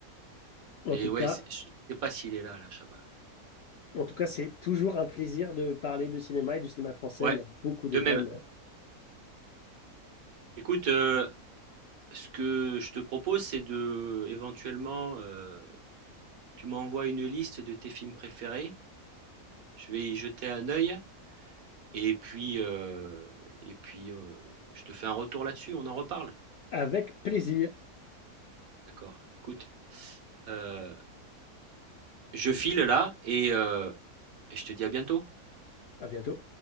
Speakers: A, on the left; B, on the right.
A: En
B: Mais
A: tout
B: ouais,
A: cas,
B: je ne sais pas s'il est là, là, Chabat.
A: en tout cas, c'est toujours un plaisir de parler de cinéma et du cinéma français.
B: Ouais,
A: Il y a beaucoup de
B: de
A: thèmes.
B: même. Écoute, heu, ce que je te propose, c'est de éventuellement, heu, tu m'envoies une liste de tes films préférés. Je vais y jeter un œil et puis, heu et puis, heu, je te fais un retour là-dessus, on en reparle?
A: Avec plaisir.
B: D'accord. Écoute, heu, je file là et heu et je te dis à bientôt.
A: À bientôt.